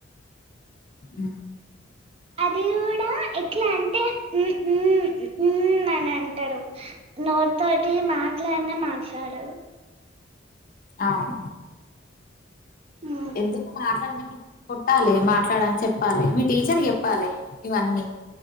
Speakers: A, on the left (about 45°); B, on the right (about 30°).
A: అ
B: అది గూడా ఎట్లా అంటే ఉ ఉ ఊ అని అంటాడు నోటి తోటి మాట్లాన్నే మాట్లాడడు
A: అవ్
B: ఉమ్.
A: ఎందుకు మాట్లాడమని కొట్టాలి మాట్లాడని చెప్పాలి మీ టీచర్ కిచెప్ప్ చెప్పాలే ఇవన్నీ